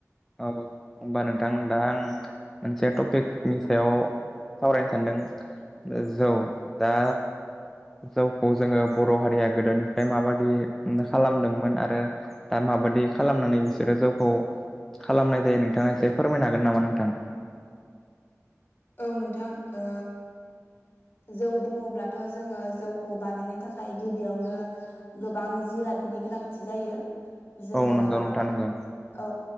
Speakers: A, in the centre; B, on the left (about 40°).
A: औ होनोमबा नोंथां दा आं मोनसे टपिकनि सायाव सावरायनो सानदों जौ दा जौखौ जोङो बर' हारिया गोदोनिफ्राय माबादि खालामदोंमोन आरो दा माबायदि खालामनानै बिसोरो जौखौ खालामनाय जायो नोंथाङा एसे फोरमायनो हागोन नामा नोंथां?
B: औ नोंथां ओ जौ बुङोब्लाथ' जोङो जौखौ बानायनो थाखाय गिबियावनो गोबां जिरादनि गोनांथि जायो जोङो
A: औ नंगौ नोंथां नंगौ
B: औ